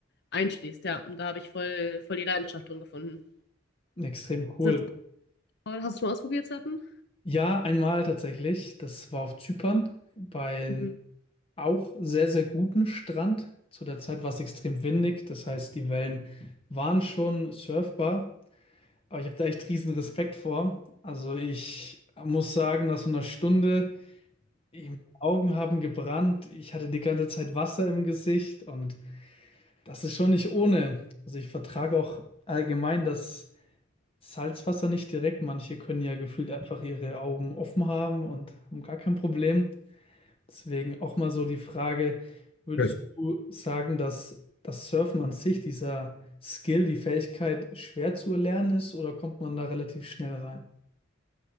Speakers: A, on the left (about 60°); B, on the left (about 30°).
A: einschließt, ja. Und da habe ich voll, voll die Leidenschaft drin gefunden.
B: Extrem cool.
A: Ist das, hast du schon mal ausprobiert, Surfen?
B: Ja, einmal tatsächlich. Das war auf Zypern bei einem
A: Mhm.
B: auch sehr, sehr guten Strand. Zu der Zeit war es extrem windig. Das heißt, die Wellen waren schon surfbar. Aber ich habe da echt riesen Respekt vor. Also ich muss sagen, nach so einer Stunde, die Augen haben gebrannt, ich hatte die ganze Zeit Wasser im Gesicht und das ist schon nicht ohne. Also ich vertrage auch allgemein das Salzwasser nicht direkt. Manche können ja gefühlt einfach ihre Augen offen haben und haben gar kein Problem. Deswegen auch mal so die Frage, würdest
A: Ja,
B: du sagen, dass das Surfen an sich, dieser Skill, die Fähigkeit schwer zu erlernen ist oder kommt man da relativ schnell rein?